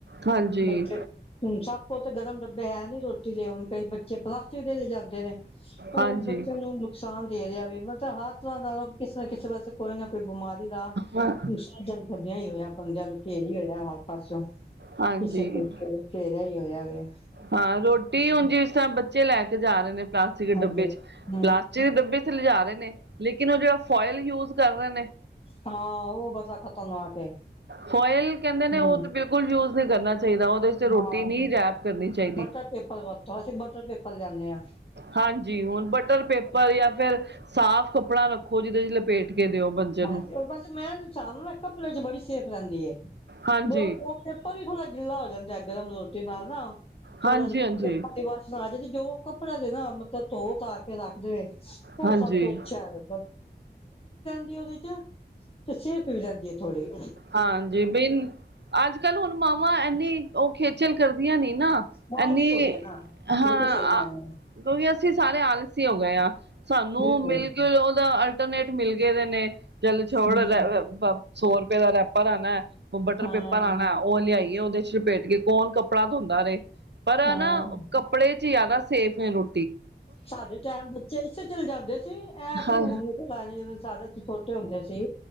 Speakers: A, on the right; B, on the left.
A: ਹਾਂਜੀ
B: ਮਿੱਠੇ ਹੂੰ ਸਭ ਕੋਲ ਤੇ ਗਰਮ ਡੱਬੇ ਹੈ ਨੀ ਰੋਟੀ ਦੇ ਹੁਣ ਕਈ ਬੱਚੇ ਪਲਾਸਟਿਕ ਦੇ ਲਿਜਾਂਦੇ ਨੇ। ਓ
A: ਹਾਂਜੀ
B: ਵੀ ਬੱਚਿਆਂ ਨੂੰ ਨੁਕਸਾਨ ਦੇ ਰਿਹਾ, ਵੀ ਮਤਲਬ ਹਰ ਤਰ੍ਹਾਂ ਨਾਲ ਕਿਸੇ ਨਾ ਕਿਸੇ ਪਾਸੇ ਕੋਈ ਨਾ ਕੋਈ ਬਿਮਾਰੀ ਦਾ
A: ਹਾਂ
B: ਨੁਕਸਾਨ ਤੇ ਬਣਿਆ ਹੀ ਹੋਇਆ ਬੰਦਿਆਂ ਨੂੰ ਘੇਰ ਹੀ ਹੋਇਆ ਹਰ ਪਾਸੋਂ ਕਿਸੇ
A: ਹਾਂਜੀ
B: ਤਰੀਕੇ ਘੇਰਿਆ ਹੀ ਹੋਇਆ ਵੈ।
A: ਹਾਂ ਰੋਟੀ ਹੁਣ ਜਿਸ ਤਰ੍ਹਾਂ ਬੱਚੇ ਲੈ ਕੇ ਜਾ ਰਏ ਨੇ ਪਲਾਸਟਿਕ
B: ਹਾਂਜੀ
A: ਡੱਬੇ 'ਚ
B: ਹਮ
A: ਪਲਾ ਜਿਵੇ ਡੱਬੇ ਤੇ ਲਿਜਾ ਰਹੇ ਨੇ ਲੇਕਿਨ ਓ ਜਿਹੜਾ ਫੋਇਲ ਯੂਜ਼ ਕਰ ਰਏ ਨੇ
B: ਹਾਂ। ਓ <unintelligible> ਖਤਨਨਾਕ ਏ।
A: ਫੋਇਲ ਕੈਂਦੇ ਨੇ
B: ਹਮ
A: ਉਹ ਤੇ ਬਿਲਕੁਲ ਯੂ਼ਜ਼ ਨਹੀਂ ਕਰਨਾ ਚਾਹੀਦਾ ਉਹਦੇ 'ਚ ਰੋਟੀ
B: ਹਾਂ
A: ਨੀ ਰੈਪ ਕਰਨੀ ਚਾਹੀਦੀ।
B: ਬਟਰ ਪੇਪਰ ਵਰਤੋਂ ਅਸੀਂ ਬਟਰ ਪੇਪਰ ਲਿਆਣੇ ਆ।
A: ਹਾਂਜੀ ਹੁਣ ਬਟਰ ਪੇਪਰ ਜਾਂ ਫਿਰ ਸਾਫ਼ ਕੱਪੜਾ ਰੱਖੋ ਜਿਹਦੇ 'ਚ ਲਪੇਟ ਕੇ ਦਿਓ। ਬੱਚੇ ਨੂੰ
B: ਹਾਂਜੀ ਬਸ ਮੈਂਨ ਕਪੜੇ 'ਚ ਬੜੀ ਸੇਫ ਰਹਿੰਦੀ ਏ। <unintelligible>
A: ਹਾਂਜੀ,
B: ਪੇਪਰ ਵੀ ਗਿੱਲਾ ਹੋ ਜਾਂਦਾ ਗਰਮ ਰੋਟੀ ਨਾਲ ਨਾ। ਥੋੜਾ
A: ਹਾਂਜੀ,
B: ਜ <unintelligible>
A: ਹਾਂਜੀ,
B: ਹਾਂ <unintelligible> ਜੋ ਕੱਪੜੇ ਦੇ ਨਾ ਮਤਲਬ ਧੋ ਧਾ ਕੇ ਰੱਖ ਦੇਵੇ। ਓ
A: ਹਾਂਜੀ।
B: ਸਭ ਤੋਂ ਅੱਛਾ ਹੈ <unintelligible> ਉਹਦੇ 'ਚ ਤੇ ਸੇਫ ਵੀ ਰਹਿੰਦੀ ਹੈ ਥੋੜੀ
A: ਹਾਂਜੀ ਬਿਨ ਅੱਜ ਕੱਲ ਹੁਣ ਮਾਵਾਂ ਐੰਨੀ ਔਖੇ ਚੱਲ ਕਰਦੀਆਂ ਨੀ ਨਾ
B: ਮਾਲਸ਼
A: ਐਨੀ
B: ਹੋ ਗਈ ਨਾ
A: ਹਾਂ
B: ਬਿਲਕੁਲ ਸਹੀ ਕਹਿ ਰਹੇ ਹੋ
A: ਕਿਉਂਕਿ ਅਸੀਂ ਸਾਰੇ ਆਲਸੀ ਹੋ ਗਏ ਆ ਸਾਨੂੰ
B: ਬਿਲਕੁਲ
A: ਮਿਲ ਗਿਲ ਉਹਦਾ ਅ ਇੰਟਰਨੈਟ ਮਿਲ ਗਏ ਦੇ ਨੇ ਚਲ ਛੋੜ,
B: ਹਮ
A: ਰਰ, ਪ ਸੌ ਰੁਪਏ ਦਾ ਰੈਪਰ ਆਨਾ। ਓ ਬਟਰ
B: ਹਾਂ
A: ਪੇਪਰ ਆਣਾ ਓ ਲਿਆਈਏ ਉਹਦੇ 'ਚ ਲਪੇਟ ਕੇ ਕੌਣ ਕੱਪੜਾ ਧੋਂਦਾ ਰਏ। ਪਰ ਆ
B: ਹਾਂ
A: ਨਾ ਕੱਪੜੇ 'ਚ ਜ਼ਿਆਦਾ ਸੇਫ ਏ ਰੋ
B: ਸਾਡੇ ਟਾਇਮ ਬੱਚੇ ਇਸੇ 'ਚ ਲਜਾਂਦੇ ਸੀ ਐਂ
A: ਹਾਂ
B: ਤੇ ਹਾਂਜੀ ਜਦੋਂ ਸਾਡੇ ਛੋਟੇ ਹੁੰਦੇ ਸੀ